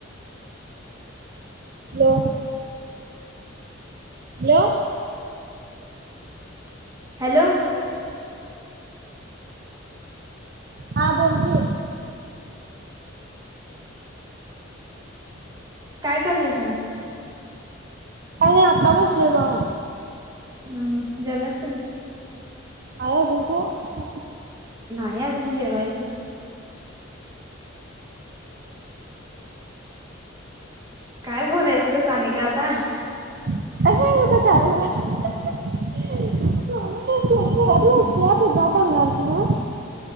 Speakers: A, on the right; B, on the right.
A: हॅलो. हॅलो.
B: हॅलो.
A: हा बोल की.
B: काय करलंस मंग?
A: काय नाही आता बसलोय बा
B: हम्म जेवलास का नाही?
A: <unintelligible>
B: नाही अजून जेवायचय. काय बोलायचं ग सानिका आता?
A: <unintelligible> <unintelligible>